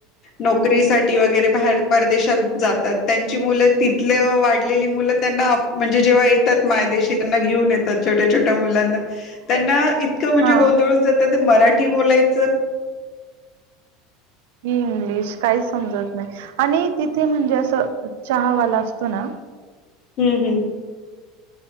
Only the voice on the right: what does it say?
हा
हम्म <unintelligible> काही समजत नाही तिथे म्हणजे चहावा असतो ना.